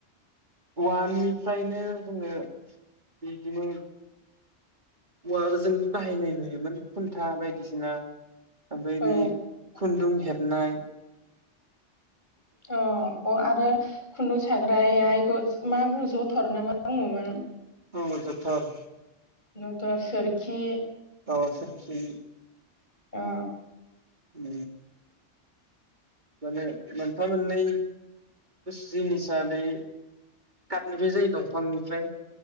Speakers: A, on the right; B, on the left.
A: औवानिफ्रायनो जोङो बिदिनो औवाजोंबो बाहायनाय नुयोमोन खुनथा बायदिसिना ओमफ्राय
B: औ
A: बै खुन्दुं हेब नाय
B: अ अ आरो खुन्दुं सागोन ओमफ्राय आइखौ मा बुङो जथर ना मा बुङोमोन
A: औ जथर
B: जथर सोरखि
A: औ सोरखि
B: आ
A: उम माने मोनफा मोननै जिनिसा बे काटनिफ्राय जायो दंफांनिफ्राय